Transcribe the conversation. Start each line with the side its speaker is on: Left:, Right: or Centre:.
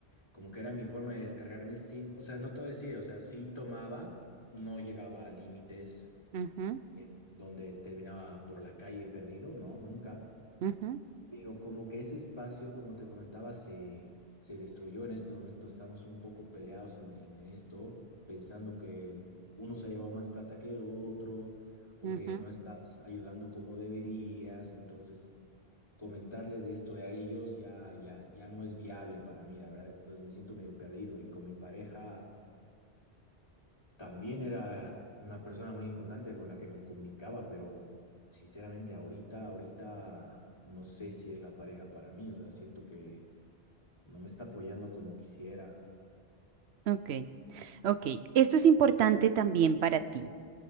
Left: Como que era mi forma de descargarme sin, o sea, no te voy a decir, o sea, sí tomaba, no llegaba a límites
Right: ujú,
Left: eh, donde terminaba por la calle perdido, no, nunca
Right: ujú,
Left: pero como que ese espacio, como te comentaba, se, se destruyó en este momento. Estamos un poco peleados en, en esto, pensando que uno se ha llevado más plata que el otro o
Right: ujú.
Left: que no estás ayudando como deberías. Entonces, comentarles de esto a ellos ya, ya, ya no es viable para mí, la verdad. Entonces me siento medio perdido y con mi pareja. También era una persona muy importante con la que me comunicaba, pero sinceramente ahorita, ahorita no sé si es la pareja para mí, o sea, siento que no me está apoyando como quisiera.
Right: Ok, ok. Esto es importante también para ti.